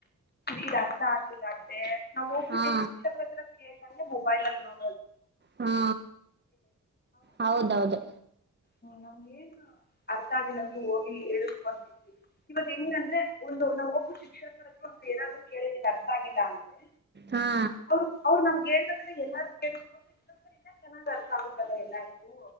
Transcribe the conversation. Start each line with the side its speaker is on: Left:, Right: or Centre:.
Left: ಇದು ಅರ್ಥ ಆಗ್ಲಿಲ್ಲ ಆದ್ರೆ ನಾವ್ ಹೋಗ್ಬಿಟ್ಟಿ
Right: ಹಾ
Left: ಶಿಕ್ಷಕ ಹತ್ರ ಕೇಳಳ್ ಮ ಮೊಬೈಲ್ ನೋ
Right: ಹಾ ಹೌದೌದು
Left: ಹ್ಮ ಏನು ಅರ್ಥ ಆಗಿ ನಮಗೆ ಹೋಗಿ ಹೇಳಕಕಂತಿದವಿ ಇವಾಗ ಹೆಂಗ ಅಂದ್ರೆ ಒಂದು ನಾ ಒಬ್ಬು ಶಿಕ್ಷಕರತ್ರ ಒಂದು ಏನಾದ್ರು ಕೇಳಿದಿಲ್ಲ ಅರ್ಥ ೊಾಗಿ ಅಂದ್ರೆ
Right: ಹಾ
Left: ಅವರು ಅವ್ರು ನಮ್ಗೆ ಹೇಳ್ಬೇಕ್ರೆ ಎಲ್ಲಾರು ಕೇಳಕ್ರೆಂತ ಇಲ್ಲ ಚೆನ್ ಅರ್ಥ ಆಗುತ್ತಲ್ಲಾ ಎಲ್ಲಾರಿಗೂ